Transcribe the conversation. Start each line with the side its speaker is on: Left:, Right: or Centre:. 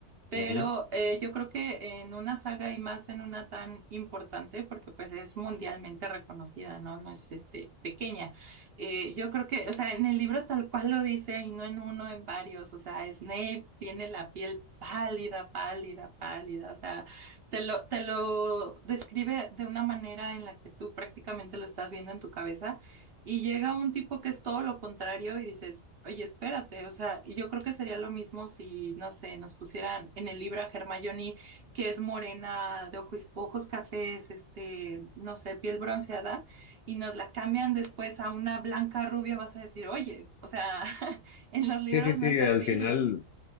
Right: pero
Left: Ujú.
Right: eh, yo creo que en una saga y más en una tan importante, porque pues es mundialmente reconocida, ¿no? No es este pequeña. Eh, yo creo que, o sea, en el libro tal cual lo dice, y no en uno, en varios. O sea, Snape tiene la piel pálida, pálida, pálida. O sea, te lo, te lo describe de una manera en la que tú prácticamente lo estás viendo en tu cabeza. Y llega un tipo que es todo lo contrario y dices, oye, espérate, o sea, y yo creo que sería lo mismo si, no sé, nos pusieran en el libro a Hermione, que es morena, de ojos, ojos cafés, este, no sé, piel bronceada, y nos la cambian después a una blanca rubia, vas a decir, oye, o sea, <laughs> en los libros
Left: Sí, sí, sí,
Right: no es así.
Left: al final,